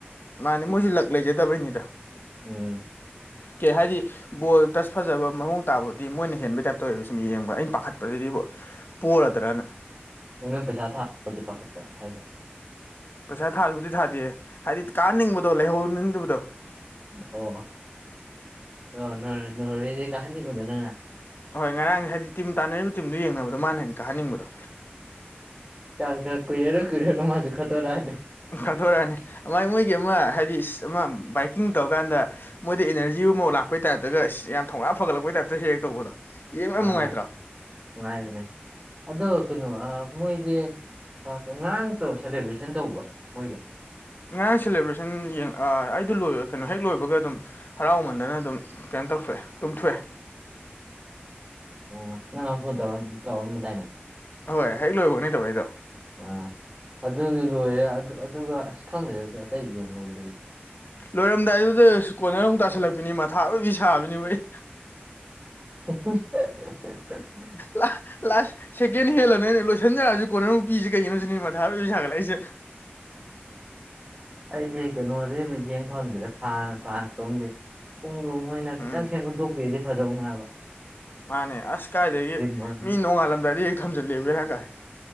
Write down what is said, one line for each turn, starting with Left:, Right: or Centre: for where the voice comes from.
Left: ꯃꯥꯅꯦ ꯃꯣꯏꯁꯨ ꯂꯛ ꯂꯩꯖꯗꯕꯩꯅꯤꯗ
Right: ꯎꯝ
Left: ꯀꯦ ꯍꯥꯏꯗꯤ ꯕꯣꯜ ꯇꯁ ꯐꯖꯕ ꯃꯑꯣꯡ ꯇꯥꯕꯕꯨꯗꯤ ꯃꯣꯏꯅ ꯍꯦꯟꯕꯩ ꯇꯥꯏꯞꯇꯧꯑꯥꯕꯁꯤ ꯃꯤ ꯌꯦꯡꯕ ꯑꯩꯅ ꯄꯥꯈꯠ ꯄꯥꯁꯤꯗꯤꯕꯣ ꯄꯣꯂꯗ꯭ꯔꯅ
Right: ꯅ ꯅꯪ ꯄꯩꯁꯥ ꯊꯥꯁꯤ ꯄꯥꯈꯠꯇ ꯍꯥꯏꯁꯦ
Left: ꯄꯩꯁꯥ ꯊꯥꯕꯨꯗꯤ ꯊꯥꯗꯦ ꯍꯥꯏꯗꯤ ꯀꯥꯍꯟꯅꯤꯡꯕꯗꯣ ꯂꯩꯍꯧꯅꯤꯡꯗꯕꯗꯣ
Right: ꯑꯣ ꯑꯣ ꯅ ꯅꯔꯦ ꯀꯍꯥꯅꯤꯑꯣꯗꯅ ꯅꯪꯅ
Left: ꯍꯣꯏ ꯉꯔꯥꯡꯁꯦ ꯍꯥꯏꯗꯤ ꯇꯤꯝ ꯇꯥꯟꯅꯔꯤꯕ ꯇꯤꯝꯗꯨ ꯌꯦꯡꯅꯕꯗꯣ ꯃꯥꯅ ꯍꯦꯟꯅ ꯀꯥꯍꯟꯅꯤꯡꯕꯗꯣ
Right: ꯀ ꯀ ꯀꯨꯏꯔꯦꯒꯥ ꯀꯨꯏꯔꯒꯥ ꯃꯥꯖꯨ ꯈꯔꯇꯧꯔꯥꯅꯤ
Left: ꯀꯥꯊꯣꯔꯛꯑꯅꯤ ꯃꯥꯏ ꯃꯣꯏꯒꯤ ꯑꯃ ꯍꯥꯏꯗꯤ ꯏꯁ ꯑꯃ ꯕꯥꯏꯛꯀꯤꯡ ꯇꯧꯔꯀꯥꯟꯗ ꯃꯣꯏꯗ ꯏꯅꯔꯖꯤ ꯑꯃꯥꯎ ꯂꯥꯛꯄꯩ ꯇꯥꯏꯞꯇꯒ ꯏꯁ ꯌꯥꯝ ꯊꯧꯅꯥ ꯐꯒꯠꯂꯛꯄꯩ ꯍꯦꯛ ꯇꯧꯕꯗꯣ ꯌꯦꯡꯕ ꯌꯥꯝ
Right: ꯑꯥ
Left: ꯅꯨꯡꯉꯥꯏꯇ꯭ꯔꯣ
Right: ꯑꯥ ꯅꯨꯡꯉꯥꯏꯕꯅꯦ ꯑꯗꯣ ꯀꯩꯅꯣ ꯃꯣꯏꯁꯦ ꯉꯔꯥꯡ ꯇ ꯁꯦꯂꯦꯕ꯭ꯔꯦꯁꯟ ꯇꯧꯕ ꯃꯣꯏꯒ
Left: ꯉꯔꯥꯡ ꯁꯦꯂꯦꯕ꯭ꯔꯦꯁꯟ ꯑꯥ ꯑꯩꯗꯣ ꯂꯣꯏ ꯀꯩꯅꯣ ꯍꯦꯛ ꯂꯣꯏꯕꯒ ꯑꯗꯨꯝ ꯍꯔꯥꯎꯃꯟꯗꯅ ꯑꯗꯨꯝ ꯀꯩꯅ ꯇꯧꯊꯣꯛ ꯑꯥ ꯇꯨꯝꯊꯣꯑꯦ
Right: ꯑꯣ ꯅꯪꯅꯥꯟꯐꯣꯟ ꯇꯧꯔ ꯇꯧꯔꯝꯕꯗꯥꯏꯅꯦ
Left: ꯍꯣꯏ ꯍꯦꯛ ꯂꯣꯏꯕꯒꯅꯤ ꯇꯧꯔꯛꯑꯩꯗꯣ
Right: ꯑꯥ ꯑꯗꯨꯒꯤ ꯂꯣꯏꯔꯦ ꯑꯗꯨꯒ ꯑꯁ ꯈꯪꯗ꯭ꯔꯦ ꯑꯗꯨ ꯑꯇꯩꯗꯤ ꯌꯦꯡ ꯍꯧꯗ꯭ꯔꯦꯗꯤ
Left: ꯂꯣꯏꯔꯝꯗꯥꯏ ꯑꯗꯨꯗ ꯀꯣꯟꯅꯔ ꯑꯃꯨꯛ ꯇꯥꯁꯜꯂꯛꯄꯅꯤ ꯃꯊꯥ ꯂꯣꯏꯕꯤ ꯁꯥꯕꯅꯤ ꯃ ꯑꯩ
Right: <unintelligible>
Left: ꯂꯥ ꯂꯥꯁ ꯁꯦꯀꯦꯟ ꯍꯦꯜꯂꯅ ꯑꯩꯅ ꯂꯣꯏꯁꯤꯟꯖꯔꯑꯁꯤ ꯀꯣꯟꯅꯨꯄꯤꯁꯦ ꯀꯩꯒꯤꯅꯣꯁꯤ ꯅ ꯃꯊꯥꯔꯏ ꯁꯥꯒꯠꯂꯛꯏꯁꯦ
Right: <inaudible> ꯑꯩꯗꯤ ꯀꯩꯅꯣꯗꯤ ꯌꯦꯡ ꯐꯪꯗ꯭ꯔꯦ ꯐꯥꯟ ꯐ꯭ꯔꯥꯟꯁꯇꯣꯝꯗꯤ ꯄꯨꯡꯗꯣ ꯃꯣꯏꯅ ꯈꯤꯇꯪ
Left: ꯎꯝ
Right: ꯁꯦꯝꯒꯠꯇꯣꯛꯄꯤꯗꯤ ꯐꯗꯧꯅꯦꯕ
Left: ꯃꯥꯅꯦ ꯑꯁ ꯀꯥꯏꯗꯒꯤ
Right: ꯑꯣꯏꯔꯝꯒꯅꯤ
Left: ꯃꯤ ꯅꯣꯡꯉꯥꯜꯂꯝꯗꯥꯏꯗ ꯍꯦꯛ ꯊꯝꯖꯤꯜꯂꯦꯕꯦꯔꯥ ꯀꯥꯏ